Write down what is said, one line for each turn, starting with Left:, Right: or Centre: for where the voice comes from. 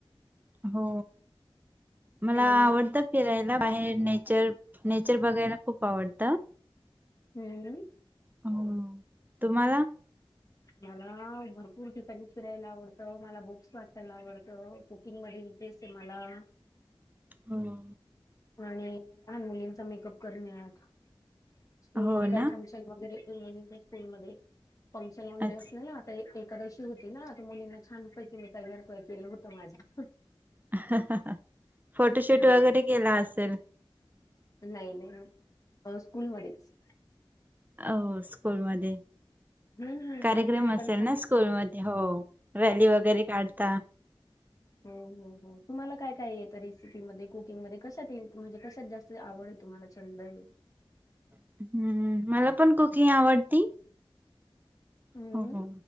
Right: हो मला
Left: हॅलो
Right: आवडत. फिरायला बाहेर नेचर नेचर बघायला खूप आवडतं.
Left: हम्म!
Right: हम्म तुम्हाला?
Left: मला भरपूर ठिकाणी फिरायला आवडतं, मला बुक्स वाचायला आवडतं. तीन पैसे मला
Right: हो.
Left: आणि लहान मुलींचा चा मेकअप करण्यात, स्कूल
Right: हो
Left: मध्ये काही
Right: ना
Left: फम <unintelligible> स्कुल मध्ये फंक्शन वगैरे
Right: अच्छा
Left: असलना एक एकादशी होती ना तर मुलींना छान पैकी मी तयार केलं होत माझ्या
Right: <unintelligible> फोटोशूट
Left: हो
Right: वगैरे केला असेल
Left: नाही नाही अ स्कुल मधेच
Right: आव स्कूल मध्ये
Left: हम्म
Right: कार्यक्रम
Left: तुम्ही
Right: असेल
Left: पण सांग
Right: ना स्कूलमध्ये हो रॅली वगैरे काढता
Left: <inaudible> हो हो हो तुम्हाला काय काय येत रेसिपी मध्ये कुकिंग मध्ये कशात म्हणजे कशात जास्त आवड आहे तुम्हाला छंदने
Right: हम्म मला पण कुकिंग आवडती
Left: हम्म
Right: हो हो